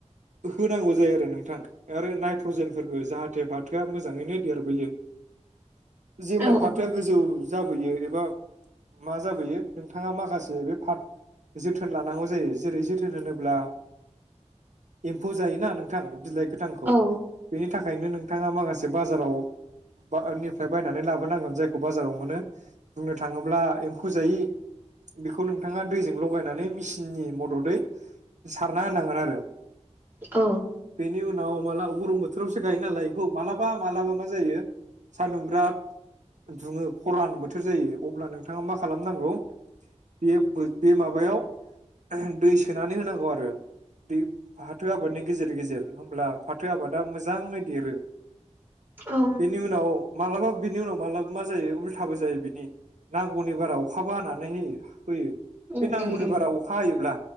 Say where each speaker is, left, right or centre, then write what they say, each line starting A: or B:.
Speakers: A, on the right; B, on the right.
A: होनांगौ जायो आरो नों थां आरो नाइट्रजेनफोरबो जाहाथे फाथोआ मोजाङैनो देरबोयो। जेब्ला
B: औ
A: फाथोआ गोजौ जाबोयो एबा मा जाबोयो नोंथाङा माखासे बे फा जोथोन लानांगौ जायो। जेरै जोथोन होनोब्ला एम्फौ जायो ना नोंथां बिलाइ गोथांखौ
B: औ
A: बेनि था खायनो नोंथाङा माखासे बाजाराव बा निफ्राय बायनानै लाबोनांगोन जायखौ बाजाराव मोनो। बुंनो थाङोब्ला एम्फौ जायै बेखौ नोंथाङा दैजों लगायनानै मेसिननि मददै सारना होनांगोन आरो
B: औ
A: बेनि उनाव माला गरम बोथोरावसो गायोनालाय इखौ मालाबा मालाबा मा जायो सानदुं बिराद दुङो। दुफां बोथोर जायो अब्ला नोंथाङा मा खालामनांगौ बे बो माबायाव दै सोनानै होनांगौ आरो दै फाथो आबादनि गेजेर गेजेर होमब्ला फाथो आबादा मोजाङै देरो।
B: औ
A: बेनि उनाव मालाबा बेनि उनाव मालाब मा जायो थाबो जायो बिनि नांगौनि बारा अखाबो हानानै होयो होयो।
B: उम
A: बे नांगौनि
B: उम
A: बारा अखा हायोब्ला